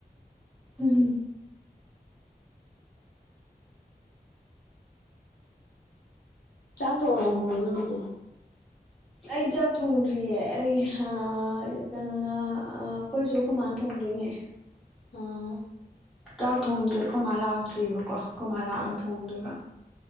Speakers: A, in the centre; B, on the left.
A: <unintelligible>
B: ꯆꯥꯛ ꯊꯣꯡꯉꯕꯣ ꯅꯪꯗꯤ
A: ꯑꯩ ꯆꯥꯛ ꯊꯣꯡꯗ꯭ꯔꯤꯌꯦ ꯑꯩ ꯑ ꯀꯩꯅꯣꯅ ꯑ ꯑꯈꯣꯏꯖꯨ ꯑꯈꫭꯏꯃꯥꯅ ꯊꯣꯡꯗꯣꯏꯅꯦ
B: ꯑ
A: ꯆꯥꯛ ꯊꯣꯡꯗ꯭ꯔꯤ ꯈꯣꯏ ꯃꯥ ꯂꯥꯛꯇ꯭ꯔꯤꯕꯀꯣ ꯈꫭꯏ ꯃꯥ ꯂꯥꯛꯑ
B: ꯑꯥ
A: ꯊꯣꯡꯗꯣꯏꯕ